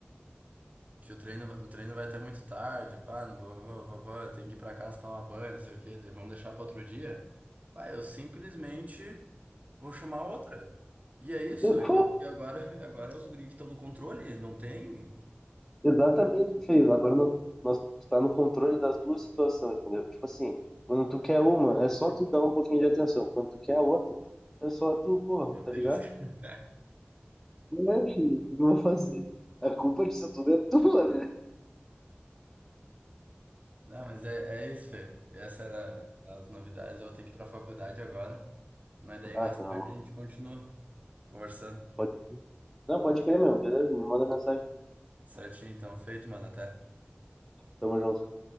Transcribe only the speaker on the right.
Que o treino, o treino vai até muito tarde, pá, não, vou- vou- vou- vou, tem que ir pra casa tomar banho, não sei o quê, daí vamos deixar pra outro dia. Pá, eu simplesmente vou chamar outra. E é isso,
e,
a- e agora, <laughs> e agora é os guri que estão no controle, não tem?
Meu
Deus,
cara.
Não, mas é, é isso, Fê. Essas eram as novidades, eu vou ter que ir pra faculdade agora, mas daí
mais
tarde
a gente continua conversando.
Certinho, então, feito, mano, até.